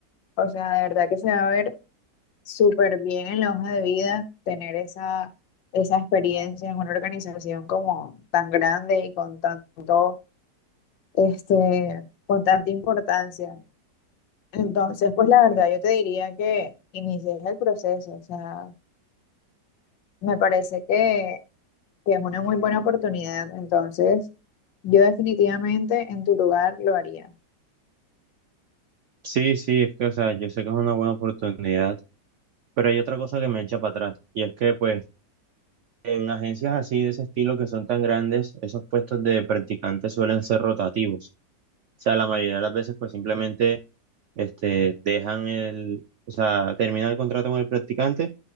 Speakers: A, on the left; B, on the right.
A: O sea, de verdad que se va a ver súper bien en la hoja de vida tener esa, esa experiencia en una organización como tan grande y con tanto, este, con tanta importancia. Entonces, pues la verdad, yo te diría que inicies el proceso, o sea, me parece que, que es una muy buena oportunidad, entonces yo definitivamente en tu lugar lo haría.
B: Sí, sí, es que o sea, yo sé que es una buena oportunidad, pero hay otra cosa que me echa para atrás y es que pues en agencias así de ese estilo que son tan grandes, esos puestos de practicantes suelen ser rotativos. O sea, la mayoría de las veces pues simplemente este, dejan el, o sea, terminan el contrato con el practicante